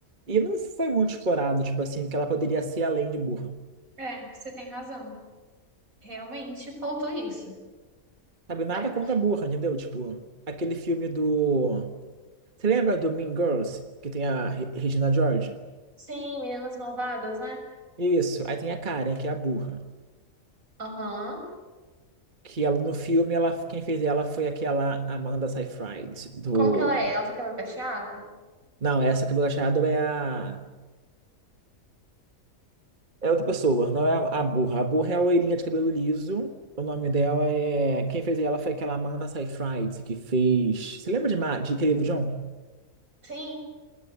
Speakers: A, on the right; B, on the right.
A: E não foi muito explorado, tipo assim, que ela poderia ser além de burra.
B: É, você tem razão. Realmente faltou isso.
A: Sabe, nada
B: É.
A: contra a burra, entendeu? Tipo, aquele filme do... Você lembra do Mean Girls, que tem a Re- Regina George?
B: Sim, Meninas Malvadas, né?
A: Isso, aí tem a Karen, que é a burra.
B: Aham.
A: Que ela no filme, ela, quem fez ela foi aquela Amanda Seyfried do.
B: Como que ela é? Ela tem cabelo cacheado?
A: Não, essa cabelo achado é a. É outra pessoa, não é a, a burra. A burra é a loirinha de cabelo liso. O nome dela é. Quem fez ela foi aquela Amanda Seyfried que fez. Você lembra de, Ma... de Querido John?
B: Sim.